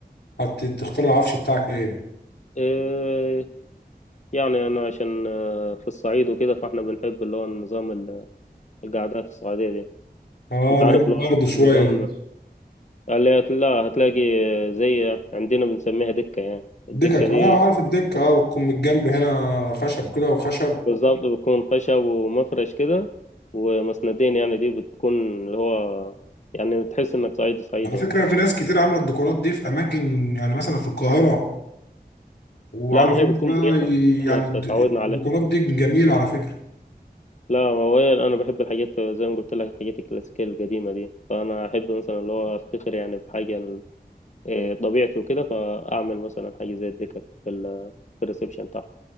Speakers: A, on the left (about 85°); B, on the left (about 45°).
A: هتختار العفش بتاعك ايه
B: آه، يعني انا عشان آه، في الصعيد وكده فاحنا بنحب اللي هو النظام ال- القعدات الصعيدية دي
A: اه
B: انت
A: اللي
B: عارف
A: هي الارض
B: اللي هو
A: شويه
B: النظام
A: دي
B: اللي هت- لا هتلاقي آه، زي عندنا بنسميها دكة يعني الدكة
A: دكك
B: دي
A: اه عارف الدكه اه بتكون من الجنب هنا خشب كده وخشب
B: بالظبط بتكون خشب ومفرش كده ومسندين يعني دي بتكون اللي هو يعني تحس انك صعيدي صعيدي
A: على فكره
B: يعني
A: في ناس كتير عامله الديكورات دي في اماكن يعني مثلا في القاهره وعارف
B: لا ما هي
A: انت
B: بتكون
A: بقى
B: مريحة احنا
A: يعني الد-
B: اتعودنا عليها
A: الديكورات دي جميلة على فكرة
B: لا هو انا بحب الحاجات زي ما قلت لك الحاجات الكلاسيكية القديمة دي فانا احب مثلا اللي هو افتخر يعني بحاجة إيه، طبيعتي وكده فاعمل مثلا حاجه زي الدكك في ال في الريسبشن بتاعه